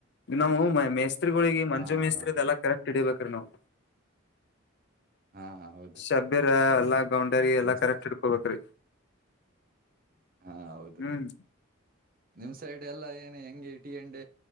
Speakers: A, on the left; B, on the right.
A: ನಾವು ಮೇಸ್ತ್ರಿಗಳಿಗೆ ಮಂಜು
B: ಹಾ
A: ಮೇಸ್ತ್ರಿದೆ
B: ರೀ
A: ಎಲ್ಲಾ ಕರೆಕ್ಟ್ ಹಿಡಿಬೇಕ್ರೀ ನಾವು.
B: ಹಾ ಹೌದ್ರಿ
A: ಶಬೀರ್ ಎಲ್ಲಾ ಗೌನ್ಡ್ರುಗಿ ಎಲ್ಲಾ
B: ಮೆಸ್
A: ಕರೆಕ್ಟ್ ಹಿಡ್ಕೊಬೇಕೇರಿ.
B: ಹಾ ಹೌದ್ರೀ.
A: ಹ್ಮ್
B: ನಿಮ್ಸ್ ಸೈಡ್ ಎಲ್ಲ ಏನ ಹೆಂಗೆ ಇಟಗಂಡ್.